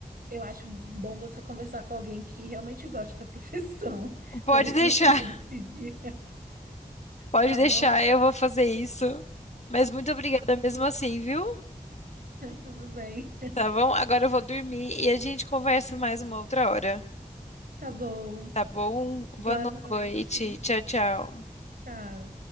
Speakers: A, on the right (about 70°); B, on the left (about 45°).
A: Eu acho bom você conversar com alguém que realmente goste da profissão, <laughs>
B: Pode
A: para ver
B: deixar,
A: se você vai decidir.
B: pode
A: Tá
B: deixar,
A: bom?
B: eu vou fazer isso. Mas muito obrigada mesmo assim, viu?
A: Tudo bem.
B: Tá bom? Agora eu vou dormir e a gente conversa mais uma outra hora.
A: Tá bom.
B: Tá bom?
A: Boa
B: Boa
A: noite.
B: noite. Tchau, tchau.
A: Tchau.